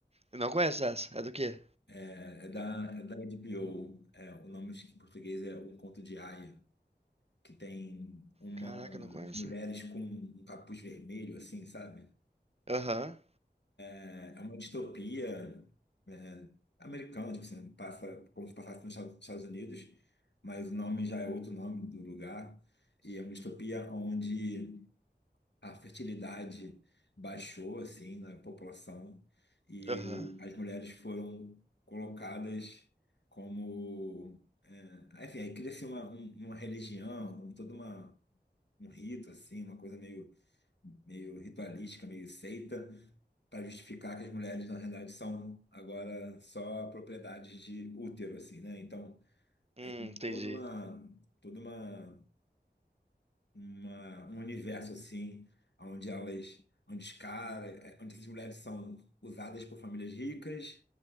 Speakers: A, on the right (about 35°); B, on the left (about 75°).
A: Eu não conheço essa. É do quê?
B: É, é da, é da HBO. É, o nome acho que em português é Um Conto de Aia, que tem umas
A: Caraca, eu não conheço.
B: mulheres com um capuz vermelho, assim, sabe?
A: Aham.
B: É é uma distopia é, americana, tipo assim, passa como se passasse nos Estados Estados Unidos, mas o nome já é outro nome do lugar. E é uma distopia onde a fertilidade baixou, assim, na população e
A: Aham.
B: as mulheres foram colocadas como... é, enfim, aí cria-se uma, um- uma religião, um- toda uma, um rito, assim, uma coisa meio meio ritualística, meio seita, para justificar que as mulheres, na realidade, são agora só propriedades de útero, assim, né? Então,
A: Hum,
B: aí tem
A: entendi.
B: toda uma, toda uma, uma- um universo, assim, onde elas, onde os caras, onde essas mulheres são usadas por famílias ricas